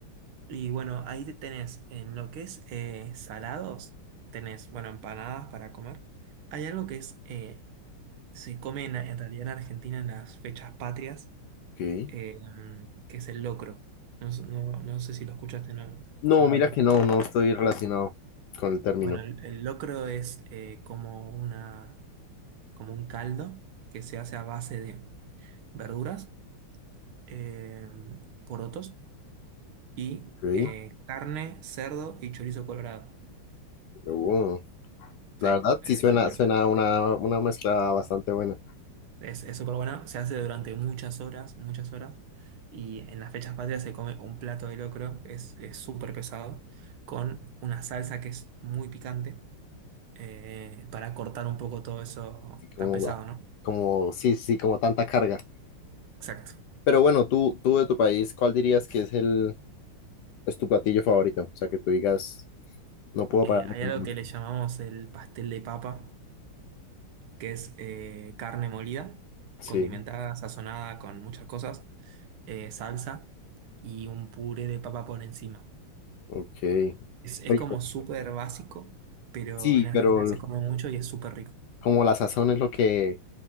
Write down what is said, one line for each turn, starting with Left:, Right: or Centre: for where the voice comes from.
Right: Y bueno, ahí te tenés, en lo que es eh, salados, tenés, bueno, empanadas para comer. Hay algo que es, eh, se come en, en realidad en Argentina en las fechas patrias,
Left: Ok.
Right: eh, que es el locro. No, sé no- no sé si lo escuchaste ¿no?
Left: No,
Right: alguna
Left: mira
Right: vez.
Left: que no, no estoy relacionado con el término.
Right: Bueno, el, el locro es eh, como una, como un caldo que se hace a base de verduras eh, porotos y
Left: Ok,
Right: eh, carne, cerdo y chorizo colorado.
Left: oh, La
Right: Sí,
Left: verdad
Right: es
Left: sí suena,
Right: súper bueno.
Left: suena una, una mezcla bastante buena.
Right: Es, es súper bueno, se hace durante muchas horas, muchas horas. Y en las fechas patrias se come un plato de locro, es es súper pesado, con una salsa que es muy picante, eh, para cortar un poco todo eso
Left: Así como,
Right: tan pesado,
Left: la-
Right: ¿no?
Left: como, sí, sí, como tanta carga.
Right: Exacto.
Left: Pero bueno, tú, tú de tu país, ¿cuál dirías que es el, es tu platillo favorito? O sea, que tú digas, no puedo
Right: Eh,
Left: parar
Right: hay
Left: de comer.
Right: algo que le llamamos el pastel de papa, que es eh, carne molida,
Left: Sí,
Right: condimentada, sazonada con muchas cosas, eh, salsa y un puré de papa por encima.
Left: ok.
Right: Es, es
Left: Rico.
Right: como súper básico, pero
Left: Sí,
Right: en Argentina
Left: pero
Right: se come mucho y es súper rico.
Left: como la sazón es lo que,